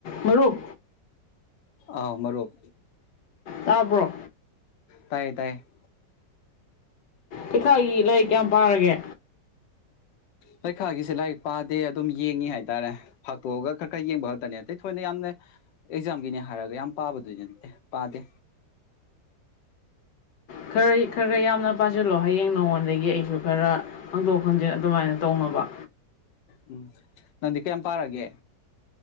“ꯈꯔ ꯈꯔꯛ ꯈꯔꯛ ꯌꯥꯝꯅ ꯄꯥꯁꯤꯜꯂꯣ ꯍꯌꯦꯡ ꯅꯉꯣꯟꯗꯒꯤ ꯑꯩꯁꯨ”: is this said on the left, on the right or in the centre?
Left